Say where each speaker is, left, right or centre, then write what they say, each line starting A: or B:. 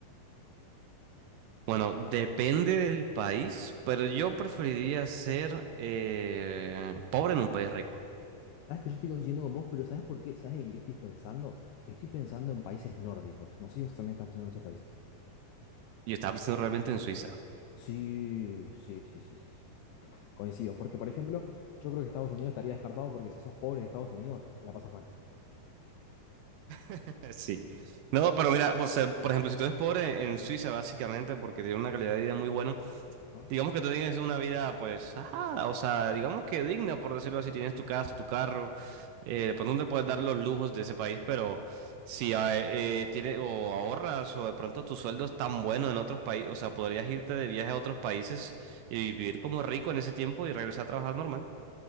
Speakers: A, on the right (about 85°); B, on the left (about 80°).
A: Bueno, depende del país, pero yo preferiría ser eh, pobre en un país rico.
B: Sabes que yo estoy coincidiendo con vos, pero ¿sabes por qué? ¿Sabes en qué estoy pensando? Estoy pensando en países nórdicos. No sé si vos también estás pensando en esos países.
A: Yo estaba pensando realmente en Suiza.
B: Sí, sí, sí, sí, sí. sí. Coincido, porque por ejemplo, yo creo que Estados Unidos estaría descartado porque si sos pobre en Estados Unidos, la pasas mal.
A: <laughs> Sí. No, pero mira, o sea, por ejemplo, si tú eres pobre en Suiza, básicamente, porque tiene una calidad de vida muy buena,
B: Ajá.
A: Digamos que tú tienes una vida, pues, ajá, o sea, digamos que digna, por decirlo así. Tienes tu casa, tu carro, eh, de pronto no te puedes dar los lujos de ese país, pero si ah, eh, tiene- o ahorras o de pronto tu sueldo es tan bueno en otros países, o sea, podrías irte de viaje a otros países y vivir como rico en ese tiempo y regresar a trabajar normal.